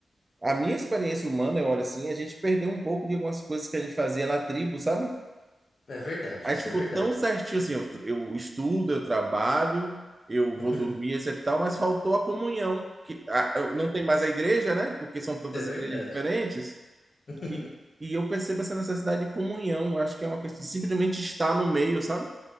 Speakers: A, on the right; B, on the left.
A: a minha experiência humana, eu olho assim, a gente perdeu um pouco de algumas coisas que a gente fazia na tribo, sabe?
B: É verdade,
A: A
B: isso
A: gente ficou
B: é verdade.
A: tão certinho assim, eu, eu estudo, eu trabalho, eu vou
B: <laughs>
A: dormir, etc e tal, mas faltou a comunhão, que a- eu- não tem mais a igreja, né? Porque são todas
B: é verdade.
A: igrejas diferentes.
B: <laughs>
A: E, e eu percebo essa necessidade de comunhão. Eu acho que é uma questão de simplesmente estar no meio, sabe?